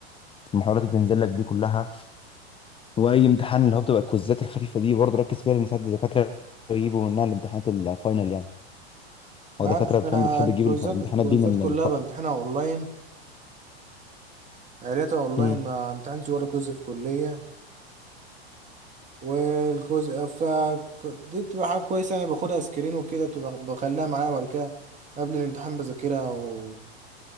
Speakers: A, on the left; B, on the right.
A: في المحاضرات اللي بتنزل لك دي كلها واي امتحان اللي هو بتبقى الكوزات الخفيفه دي برضه ركز فيها لان ساعات الدكاتره يجيبوا منها الامتحانات الفاينل يعني
B: انا
A: هو دكاترة فاهم
B: أنا
A: بتحب
B: الكويزات
A: تجيب الف- الامتحانات
B: الكويزات
A: دي من
B: كلها
A: الف...
B: بامتحنها اونلاين عيلتها اونلاين
A: مم.
B: ما امتحنتش ولا كويز في كليه والكويز ف... ف... دي بتبقى حاجه كويسه انا باخدها سكرين وكده بتبقى بخليها معايا وبعد كده قبل الامتحان بذاكرها ومشان